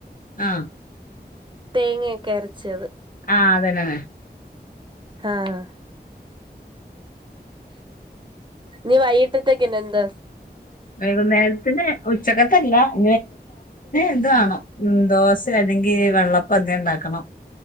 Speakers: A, on the left (about 50°); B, on the right (about 30°).
A: ആഹ്
B: തേങ്ങൊക്കെ അരച്ചത്
A: ആ അതന്നെണ്
B: ആഹ് നി വയ്യിട്ടത്തെക്കിതെന്ത്
A: വൈകുന്നേരത്തിന് ഉച്ചക്കത്തല്ല <unintelligible> ഇത് വേണം മ് ദോശ അല്ലെങ്കി വെള്ളപ്പന്തെണ്ടാക്കണം